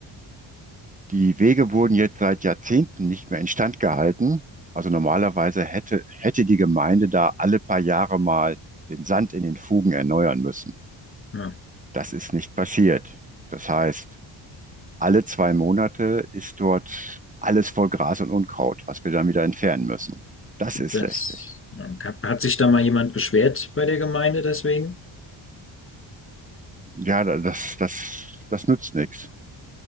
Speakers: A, on the right; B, on the left.
A: die Wege wurden jetzt seit Jahrzehnten nicht mehr instand gehalten. Also normalerweise hätte, hätte die Gemeinde da alle paar Jahre mal den Sand in den Fugen erneuern müssen.
B: Ja,
A: Das ist nicht passiert. Das heißt, alle zwei Monate ist dort alles voll Gras und Unkraut, was wir dann wieder entfernen müssen. Das ist
B: das
A: lästig.
B: ja, hat hat sich da mal jemand beschwert bei der Gemeinde deswegen?
A: Ja, da- das, das, das nützt nichts.